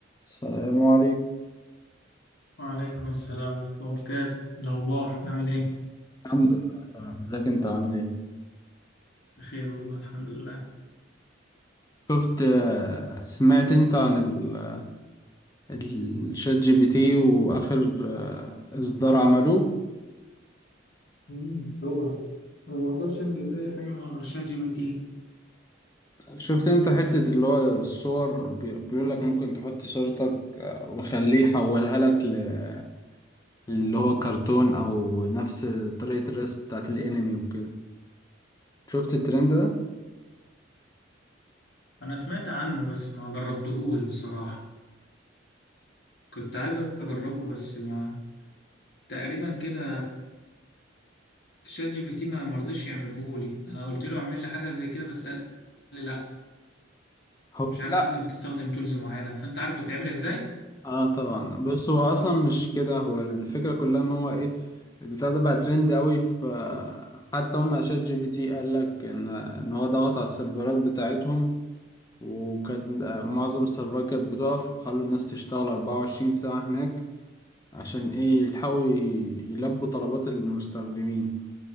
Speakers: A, on the left (about 20°); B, on the left (about 55°).
A: السلام عليكم
B: وعليكم السلام ورحمة الله وبركاته الأخبار عامل إيه؟
A: الحمد لله تمام ازيك انت عامل ايه
B: بخير والله الحمد لله
A: شفت آه، سمعت انت عن ال- آه، الشات جي بي تي واخر آه، اصدار عملوه
B: مم، طبعا انا ما اقدرش انجز اي حاجه من غير شات جي بي تي
A: شفت انت حتة اللي هو الصور بي- بيقول لك ممكن تحط صورتك آه، وخليه يحولها لك ل- اللي هو كرتون او نفس طريقة الرسم بتاعت الانمي وكده شفت الترند ده
B: أنا سمعت عنه بس ما جربتهوش بصراحة كنت عايز أجربه بس ما تقريبا كده شات جي بي تي ما مرضيش يعملهولي أنا قلت له اعمل لي حاجة زي كده بس قال لي لأ
A: هو
B: مش عارف
A: لا
B: لازم تستخدم تولز معينة فأنت عارف بتعمل إزاي؟
A: اه طبعا بص هو اصلا مش كده هو الفكره كلها ان هو ايه البتاع ده بقى ترند قوي في حتى هم شات جي بي تي قال لك ان ان هو ضغط على السيرفرات بتاعتهم وكانت آه، معظم السيرفرات كانت بتقف وخلوا الناس تشتغل 24 ساعه هناك عشان ايه يلحقوا ي- يلبوا طلبات المستخدمين